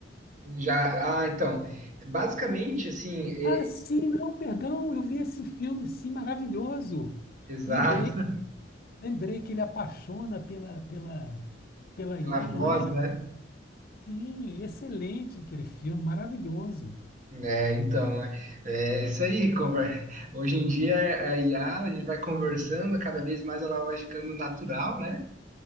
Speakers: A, on the right (about 45°); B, on the left (about 55°).
A: já, ah, então, basicamente assim, é-
B: Ah, sim, não, perdão. Eu vi esse filme, sim, maravilhoso.
A: exato,
B: Lembrei, lembrei que ele apaixona pela, pela, pela
A: <laughs> pela
B: IA,
A: voz,
B: não é?
A: né?
B: Sim, excelente aquele filme, maravilhoso.
A: É, então, é, é isso aí. conver- Hoje em dia, a IA, a a gente vai conversando, cada vez mais ela vai ficando natural, né?